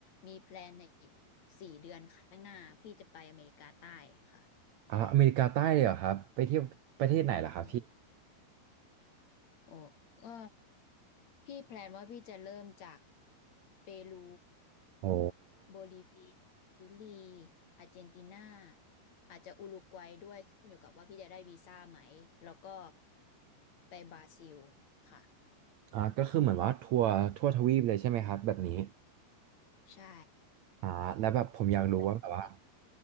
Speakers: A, on the left; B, on the right.
A: มีแพลนในอีกสี่เดือนข้างหน้าพี่จะไปอเมริกาใต้ค่ะ
B: อ่าอเมริกาใต้เลยเหรอครับไปเที่ยวประเทศไหนเหรอครับพี่
A: ใช่โอ้ก็พี่แพลนว่าพี่จะเริ่มจากเปรู
B: อ๋อ
A: โบลิเวียชิลีอาร์เจนตินาอาจจะอุรุกวัยด้วยขึ้นอยู่กับว่าพี่จะได้วีซ่าไหมแล้วก็ไปบราซิลค่ะ
B: อ่าก็คือเหมือนว่าทัวร์ทั่วทวีปเลยใช่ไหมครับแบบนี้
A: ใช่
B: อ่าแล้วแบบผมอยากรู้ว่าแบบว่า
A: แบบนี้คือ